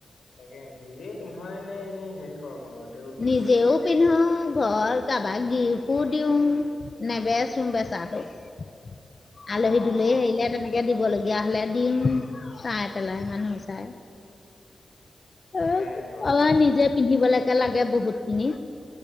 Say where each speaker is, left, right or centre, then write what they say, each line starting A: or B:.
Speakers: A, on the left; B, on the left.
A: তাকে, নিজে পিন্ধ নে, নে এনেই হেৰি কৰ। বাৰু এইটো
B: নিজেও পিন্ধো
A: কি
B: ঘৰ। কাৰাবাক কো দিওঁ নেবেচো বেচাটো। <unintelligible> আলহী
A: অ',
B: দুলহী
A: অ',
B: আহিলে তেনেকে দিবলগীয়া হ'লে। দিম চাই পেলাই মানুহ চাই।
A: তাকেহে
B: আৰু
A: গম পাইছো
B: আৰু নিজে পিন্ধিব লাগে। লগে বহুত খিনি।